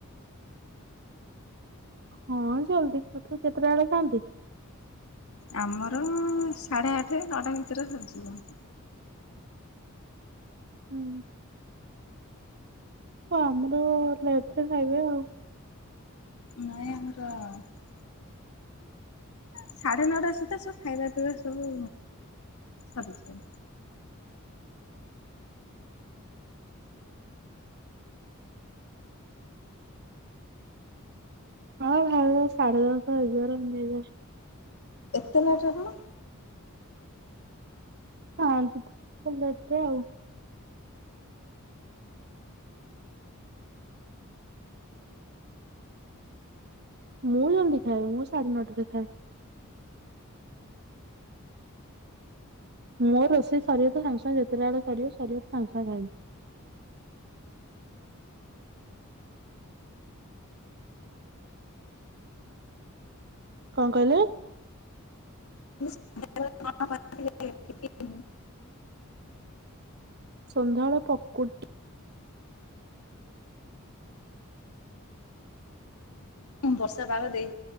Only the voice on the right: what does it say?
ହଁ ଜଲ୍ଦି କେତେଟା ବେଳେ ଖଥାଆନ୍ତି।
ହୁଁ। ହଁ ଆମର ଲେଟ ରେ ଖାଇବେ ଆଉ।
ହଁ ଭ ସେ ସାଢେ ଦଶହ ଏଜାର ନେଇଯାଏ
ଶନ୍ତିୁ ତ ଭଲ ଏଥିରେ ଆଉ <unintelligible> ମୁଁ ଯେମିତି ଖାଏ ମୁଁ ସାଢେ ନଅଟାରେ ଖାଏ। ମୋ ରୋଷେଇ ସରିବତ ସାଙ୍ଗେ ସାଙ୍ଗେ ଯେତେ ଟା ବେଳେ ସରିବ ସାଙ୍ଗେ ସାଙ୍ଗେ ଖାଇବି। କଣ କହିଲେ।
ସନ୍ଧ୍ୟା ବେଳେ ପକୁଡି ଟି